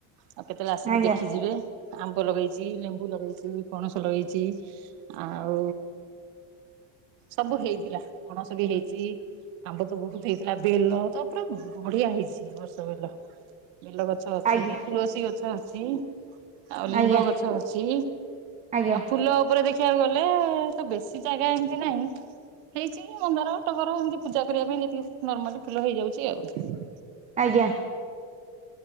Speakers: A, on the right; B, on the right.
A: ଆଉ କେତେବେଳେ ଆସିକି
B: ଆଜ୍ଞା
A: ଦେଖି ଯିବେ। ଆମ୍ବ ଲଗେଇଚି ଲେମ୍ବୁ ଲଗେଇଚି ପଣସ ଲଗେଇଚି ଆଉ ସବୁ ହେଇଥିଲା ପଣସ ବି ହେଇଚି ଆମ୍ବ ବୋହୁତ ହେଇଥିଲା ବେଲ ତ ପୁରା ବଢିଆ ହେଇଚି ଏ ବର୍ଷ ବେଲ। ବେଲ ଗଛ ଅଛି।
B: ଆଜ୍ଞା
A: ତୁଳସୀ ଗଛ ଅଛି। ଆଉ ଲିମ୍ବ
B: ଆଜ୍ଞା
A: ଗଛ ଅଛି।
B: ଆଜ୍ଞା
A: ଆଉ ଫୁଲ ଉପରେ ଦେ ଖିବାକୁ ଗଲେ ତ ବେଶୀ ଜାଗା ଏମତି ନାହିଁ ହେଇଚି ମନ୍ଦାର ଟଗର ଏମତି ପୂଜା କରିବା ପାଇଁ ଯେତିକି ନର୍ମାଲି ଫଲ ହେଇଯାଉଚି ଆଉ।
B: ଆଜ୍ଞା।